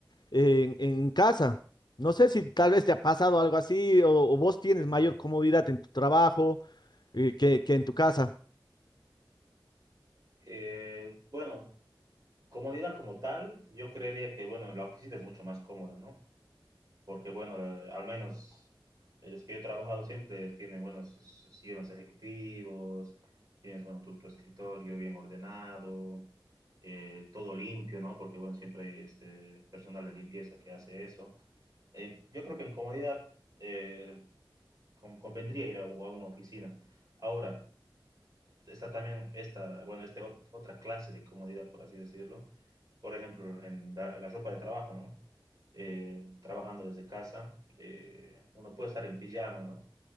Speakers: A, on the left; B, on the right.
A: en, en casa. No sé si tal vez te ha pasado algo así o, o vos tienes mayor comodidad en tu trabajo eh, que, que en tu casa.
B: Eh, bueno, comodidad como tal, yo creería que, bueno, la oficina es mucho más cómoda, ¿no? porque bueno, la- al menos eh, los que yo he trabajado siempre tienen buenos sus- sus sillones ejecutivos, tienes bueno tu, tu escritorio bien ordenado, eh, todo limpio, ¿no? Porque bueno, siempre hay este personal de limpieza que hace eso. Eh, yo creo que en comodidad eh, con- convendría ir a, a una oficina. Ahora, está también esta, bueno, este ot otra clase de comodidad, por así decirlo. Por ejemplo, en la, la ropa de trabajo, ¿no? Eh, trabajando desde casa, eh, uno puede estar en pijama, ¿no?